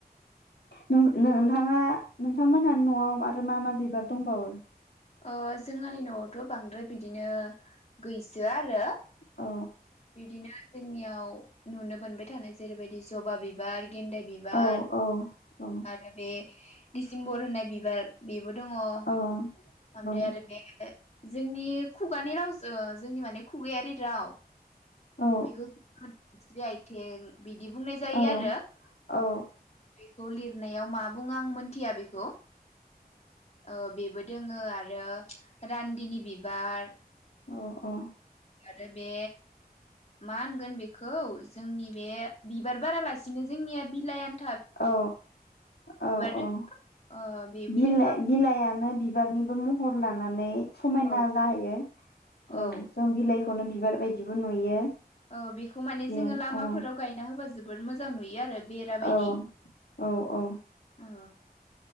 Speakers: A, on the left; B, on the left.
A: नों-नोंथाङा नोंथांमोनहानि न'आव आरो मा मा बिबार दंबावो?
B: ओ जोंहानि नआवथ' बांद्राय बिदिनो गैसोया आरो
A: अ
B: बिदिनो जोंनियाव नुनो मोनबाय थानाय जेरैबायदि जबा बिबार गेन्दाय बिबार
A: औ औ औ
B: आरो बे दिसिम्बर होननाय बिबार बे बो दङ ओमफ्राय
A: औ औ
B: आरो बे जोंनि खुगानि राव जोंनि माने खुगायारि राव
A: औ
B: बेखौ जि आइ टेग बिदि बुंनाय जायो
A: औ
B: आरो
A: औ
B: बेखौ लिर नायाव मा बुं आं मोनथिया बेखौ। ओ बे बोदोङो आरो रान्दिनि बिबार
A: अ अ।
B: आरो बे मा होनगोन बेखौ जोंनि बे बिबार बारालासिनो जोंनिया बिलायानो
A: औ औ
B: दो
A: औ
B: ओ बेबो
A: बिलाइ
B: दोङो
A: बिलायानो बिबारनिबो महर लानानै समायना
B: औ
A: जाहैयो
B: औ
A: ओं जों बिलाइ खौनो बिबार बायदिबो नुयो
B: औ बेखौ माने
A: बेयो
B: जोङो लामाफोराव
A: औ
B: गायना होबा जो बोद मोजां नुयो आरो बेरा बायदि
A: औ औ औ।
B: औ